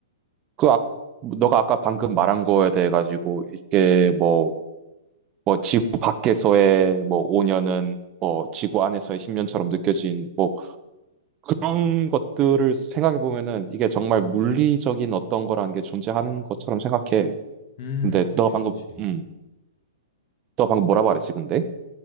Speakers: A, on the right; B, on the left.
A: 그, 아, 너가 아까 방금 말한 거에 대해 가지고, 이게 뭐, 뭐, 지구 밖에서의 뭐, 5년은, 뭐, 지구 안에서의 10년처럼 느껴진, 뭐 그런 것들을 생각해 보면은 이게 정말 물리적인 어떤 거라는 게 존재하는 것처럼 생각해.
B: 음
A: 근데
B: 그치,
A: 너 방금,
B: 그치.
A: 음, 너 방금 뭐라고 말했지, 근데?